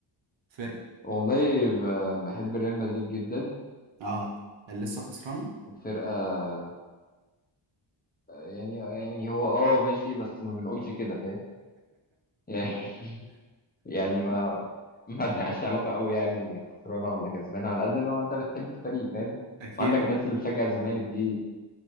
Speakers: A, on the right; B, on the left.
A: فرقة
B: والله ب- بحب ريال مدريد جدا
A: اه اللي لسه خسرانة
B: فرقة يعني يعني هو اه ماشي بس ما بنقولش كده فاهم يعني <laughs> يعني ما ما لهاش علاقة قوي يعني خسرانة ولا كسبانة على قد ما انت بتحب الفريق فاهم
A: اكيد
B: وعندك
A: اكيد
B: الناس اللي بتشجع الزمالك دي